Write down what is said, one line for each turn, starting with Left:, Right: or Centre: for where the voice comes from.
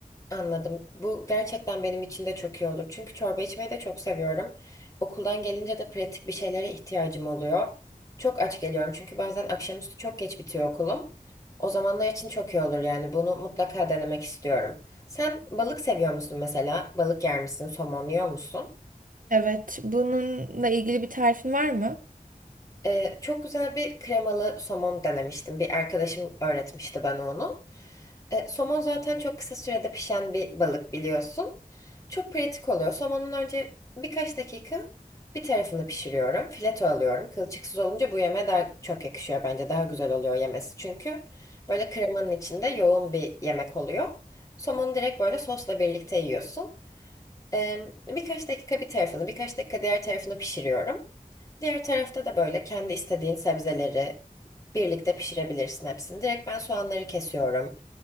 Left: Anladım. Bu gerçekten benim için de çok iyi olur. Çünkü çorba içmeyi de çok seviyorum. Okuldan gelince de pratik bir şeylere ihtiyacım oluyor. Çok aç geliyorum çünkü bazen akşamüstü çok geç bitiyor okulum. O zamanlar için çok iyi olur yani bunu mutlaka denemek istiyorum. Sen balık seviyor musun mesela? Balık yer misin? Somon yiyor musun?
Right: Evet, bununla ilgili bir tarifin var mı?
Left: Ee, çok güzel bir kremalı somon denemiştim. Bir arkadaşım öğretmişti bana onu. Ee, somon zaten çok kısa sürede pişen bir balık biliyorsun. Çok pratik oluyor. Somonun önce birkaç dakika bir tarafını pişiriyorum. Fileto alıyorum. Kılçıksız olunca bu yemeğe daha çok yakışıyor bence. Daha güzel oluyor yemesi. Çünkü böyle kremanın içinde yoğun bir yemek oluyor. Somonu direkt böyle sosla birlikte yiyorsun. Ee, birkaç dakika bir tarafını, birkaç dakika diğer tarafını pişiriyorum. Diğer tarafta da böyle kendi istediğin sebzeleri birlikte pişirebilirsin hepsini. Direkt ben soğanları kesiyorum.